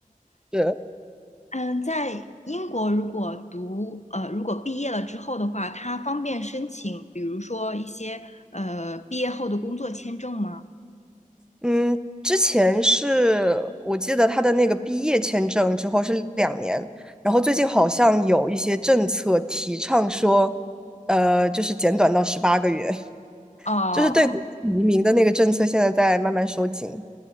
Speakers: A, in the centre; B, on the left.
A: 是，
B: 嗯，在英国如果读呃，如果毕业了之后的话，它方便申请，比如说一些呃毕业后的工作签证吗？
A: 嗯，之前是我记得他的那个毕业签证之后是两年，然后最近好像有一些政策提倡说，呃，就是减短到十八个月，
B: 哦、
A: 就是对移民的那个政策现在在慢慢收紧。